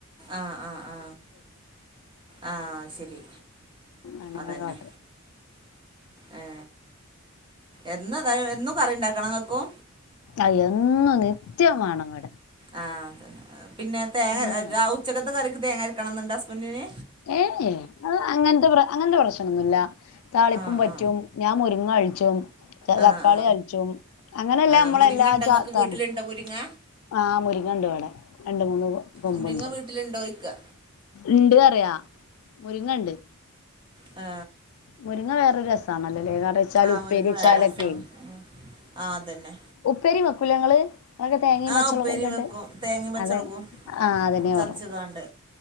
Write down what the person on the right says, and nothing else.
ആ ആ ആ ആ സെരി
അതെന്നെ
ഏ എന്നതായാൽഎന്നും കറി ണ്ടാക്കണോങ്ങക്കും
ആ ത് പിന്നെ തേങ്ങ
രാവ് ഉച്ചകത്തെ കറിക്ക് തേങ്ങരക്കണംന്ന്ണ്ടൊ ഹസ്ബെന്റിന്
ആ
ആ
ആ ആ
ആ
മുരിങ്ങ
ഉണ്ടോ
ഇങ്ങക്ക്
വീട്ടിലുണ്ടോ മുരിങ്ങ
ന്തിങ്ങ വീട്ടില്ണ്ടോയ്ക
ആ
ആ
മുരിങ്ങ വേറെ രസാണ് ആ തന്നെ
ആ
ഉപ്പേരിയും വെക്കും തേങ്ങയും പച്ചളകും
ചതച്ച്കാണ്ട്